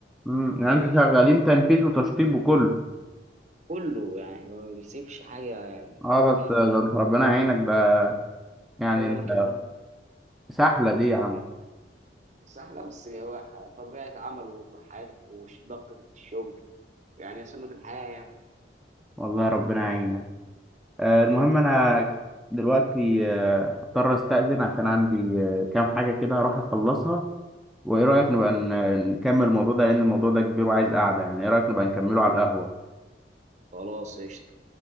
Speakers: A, in the centre; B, on the right.
A: امم يعني
B: فاهم
A: أنتوا شغالين تنفيذ وتشطيب وكله
B: كله يعني هو ما بيسيبش حاجه يعني
A: أه
B: ناخد
A: بس
B: منه
A: آه،
B: قطعه
A: ده أنت ربنا يعينك ده يعني
B: غير
A: أنت
B: لمك البرج
A: سحلة دي يا عم
B: اه صح لا بس هو ح- طبيعه عمله وطحات وضغطه الشغل يعني هي سنه الحياه يعني
A: والله ربنا يعينك آه، المهم أنا دلوقتي آه، هضطر أستأذن عشان عندي آه، كام حاجة كده هروح أخلصها وايه رايك نبقى ن- نكمل الموضوع ده لان الموضوع ده كبير وعايز قعده يعني ايه رايك نبقى نكمله على القهوه
B: خلاص قشطه